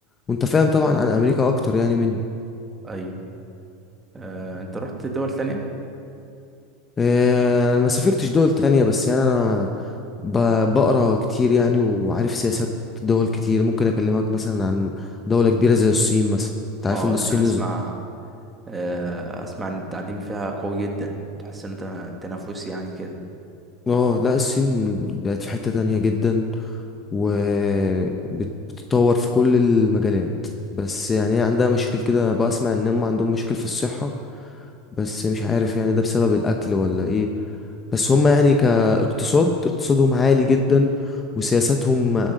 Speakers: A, on the left (about 20°); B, on the right (about 15°).
A: وانت فاهم طبعا عن أمريكا أكتر يعني مني
B: ايوه آه، انت رحت دول تانية
A: اه، أنا ما سافرتش دول تانية بس يعني أنا ب... بقرا كتير يعني وعارف سياسات دول كتير ممكن أكلمك مثلا عن دولة كبيرة زي الصين مثلا انت عارف
B: اه
A: ان الصين
B: انا اسمع
A: نز-
B: آه، اسمع ان التعليم فيها قوي جدا تحس ان ت- تنافس يعني كده
A: اه لا الصين بقت في حتة تانية جدا وبتتطور في كل المجالات بس يعني هي عندها مشاكل كده بسمع ان هم عندهم مشاكل في الصحة بس مش عارف يعني ده بسبب الاكل ولا ايه بس هم يعني كاقتصاد اقتصادهم عالي جدا وسياساتهم